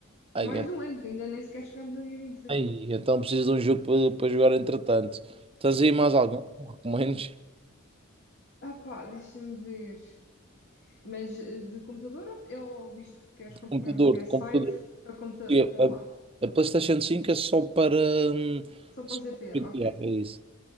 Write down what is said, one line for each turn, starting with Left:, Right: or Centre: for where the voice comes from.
Right: Ai,
Left: Mais
Right: en-
Left: de um ano, ainda nem sequer chegamos ao dia 26.
Right: ai, então preciso de um jogo para para jogar entretanto. Tens aí mais algum? que Recomendes?
Left: Ah pá, deixa-me ver. Mas eh, de computador ou eu visto que queres comprar
Right: Computador,
Left: o PS5
Right: de computador.
Left: para, computa
Right: E A,
Left: para lá?
Right: a PlayStation cinco é só para. hum,
Left: Só para
Right: só
Left: o GTA,
Right: para GTA,
Left: ok.
Right: é isso.